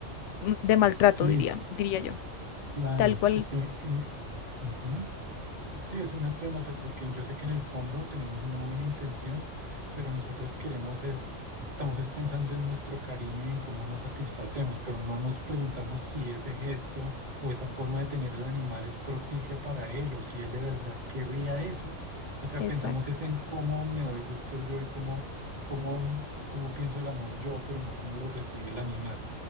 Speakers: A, on the left; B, on the right.
A: m- de maltrato,
B: sí,
A: diría, diría yo.
B: claro,
A: Tal cual.
B: porque en- ujú, sí es un acto de maltrato, porque yo sé que en el fondo tenemos una buena intención, pero nosotros queremos es, estamos es pensando en nuestro cariño y en cómo nos satisfacemos, pero no nos preguntamos si ese gesto o esa forma de tener al animal es propicia para él o si él de verdad querría eso. O sea,
A: Exacta-
B: pensamos es en cómo me doy gusto yo y cómo, cómo, cómo pienso el amor yo, pero no cómo lo recibe el animal.